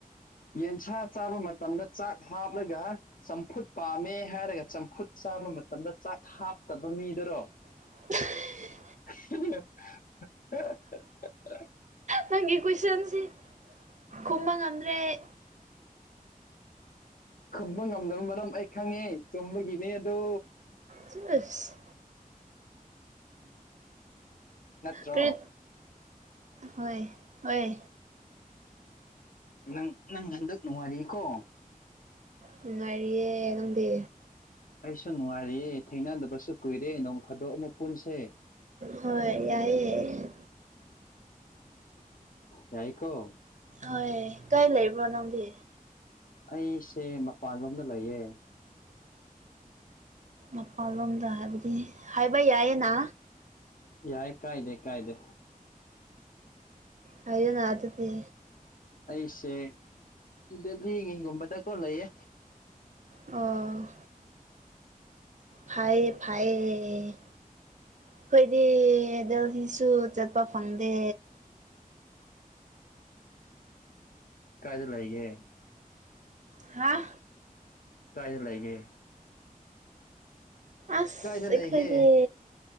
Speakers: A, on the left; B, on the right.
A: ꯌꯦꯟꯁꯥ ꯆꯥꯕ ꯃꯇꯝꯗ ꯆꯥꯛ ꯍꯥꯞꯂꯒ ꯆꯝꯐꯨꯠ ꯄꯥꯝꯃꯦ ꯍꯥꯏꯔꯒ ꯆꯝꯐꯨꯠ ꯆꯥꯕ ꯃꯇꯝꯗ ꯆꯥꯛ ꯍꯥꯞꯇꯕ ꯃꯤꯗꯨꯔꯣ
B: <unintelligible>
A: ꯎ <unintelligible>
B: ꯅꯪꯒꯤ ꯀꯨꯏꯁꯟꯁꯤ ꯈꯨꯝꯕ ꯉꯝꯗ꯭ꯔꯦ ꯑꯩ
A: ꯈꯨꯝꯕ ꯉꯝꯗꯕꯅ ꯃꯔꯝ ꯑꯩ ꯈꯪꯉꯦ ꯆꯨꯝꯕꯒꯤꯅꯦ ꯑꯗꯣ
B: ꯆꯁ
A: ꯅꯠꯇ꯭ꯔꯣ
B: ꯀꯔꯤ ꯍꯣꯏ ꯍꯣꯏ
A: ꯅꯪ ꯅꯪ ꯍꯟꯗꯛ ꯅꯨꯡꯉꯥꯏꯔꯤꯀꯣ
B: ꯅꯨꯡꯉꯥꯏꯔꯤꯌꯦ ꯅꯪꯗꯤ
A: ꯑꯩꯁꯨ ꯅꯨꯡꯉꯥꯏꯔꯤꯌꯦ ꯊꯦꯡꯅꯗꯕꯁꯨ ꯀꯨꯏꯔꯦ ꯅꯣꯡ ꯐꯥꯗꯣꯛ ꯑꯃꯨꯛ ꯄꯨꯟꯁꯦ
B: ꯍꯣꯏ ꯌꯥꯏꯑ
A: ꯌꯥꯏꯀꯣ
B: ꯍꯣꯏ ꯀꯥꯏ ꯂꯩꯕ꯭ꯔꯣ ꯅꯪꯗꯤ
A: ꯑꯩꯁꯦ ꯃꯄꯥꯟꯂꯣꯝꯗ ꯂꯩꯌꯦ
B: ꯃꯄꯥꯟꯂꯣꯝꯗ ꯍꯥꯏꯕꯗꯤ ꯍꯥꯏꯕ ꯌꯥꯏꯌꯦꯅ
A: ꯌꯥꯏ ꯀꯥꯏꯗꯦ ꯀꯥꯏꯗꯦ
B: ꯍꯥꯌꯣꯅꯥ ꯑꯗꯨꯗꯤ
A: ꯑꯩꯁꯦ ꯗꯦꯜꯂꯤ ꯒꯨꯝꯕꯗ ꯀꯣ ꯂꯩꯌꯦ
B: ꯑꯣ ꯐꯌꯦꯐꯌꯦ ꯑꯩꯈꯣꯏꯗꯤ ꯗꯦꯜꯍꯤꯁꯨ ꯆꯠꯄ ꯐꯪꯗꯦ
A: ꯀꯥꯏꯗ ꯂꯩꯒꯦ
B: ꯍꯥꯥ
A: ꯀꯥꯏꯗ ꯂꯩꯒꯦ
B: ꯑꯁ
A: ꯀꯥꯏꯗ
B: ꯑꯩꯈꯣꯏꯒꯤ
A: ꯂꯩꯒꯦ